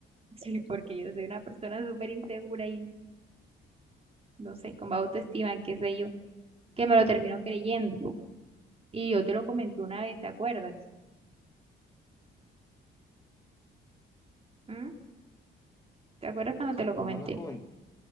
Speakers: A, on the right; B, on the left.
A: <laughs> sí, porque yo soy una persona súper insegura y no sé, con baja autoestima, qué sé yo, que me lo termino creyendo. Y yo te lo comenté una vez, ¿te acuerdas? ¿Mm? ¿Te acuerdas cuando
B: Sí,
A: te lo
B: tú
A: comenté?
B: me lo has comen-